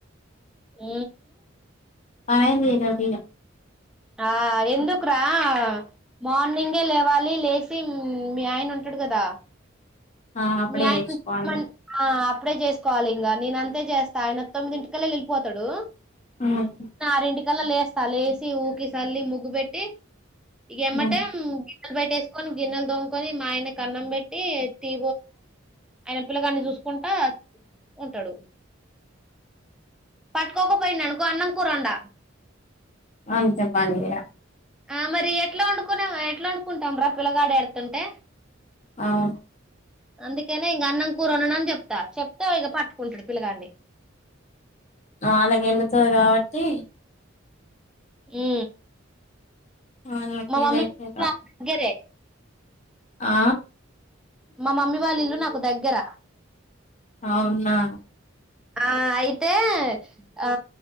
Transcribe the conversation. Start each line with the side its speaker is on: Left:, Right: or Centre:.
Centre: ఆ
Left: పే చేదు అరా
Centre: ఆ ఎందుకు రా మార్నింగే లేవాలి లేసి మీ ఆయన ఉంటాడు కదా
Left: ఆ అప్పుడే
Centre: మీ అయన
Left: చేసుకోవాలి
Centre: ఆ కు అప్పుడే చేసుకోవాలి ఇంకా నేన అంతే చేస్తా ఆయన తొమ్మిది ఇంటికళ్ళ వెళ్ళిపోతాడు
Left: ఉమ్
Centre: అరింటికి కలా లేస్తా లేచి ఊకి సల్లి ముగ్గు పెెట్టి ఇగ ఏమ్మటం
Left: ఉమ్
Centre: గీన్నెలు బయటేస్ కొని గిన్నెలు తోముకోని మాయనకి అన్నం పెట్టి తీ ఆయన పిల్లగాన్ని చూసుకుంటా ఉంటాడు పట్టుకోపొఇండు అనుకో అన్నం కూర వండ
Left: అంతే పని ఇగ
Centre: ఆ మరి ఎట్లా వండుకునే ఎట్లా వండుకుంటాం రా పిల్లగాడు ఎడుతుంటే
Left: అవు
Centre: అందుకేనే ఇగ అన్నం కూర వండను అని చెప్తా గా పట్టుకుంటాడు పిల్లగాని
Left: వాళగ ఎండుతో కాబట్టి
Centre: ఏ
Left: వాళ్ళకి
Centre: మా
Left: ఏదైతే
Centre: మమ్మీ నాగరే
Left: ఆ
Centre: మా మమ్మీ వాళ్ళ ఇల్లు నాకు దగ్గర
Left: అవునా
Centre: ఆ అయితే ఆ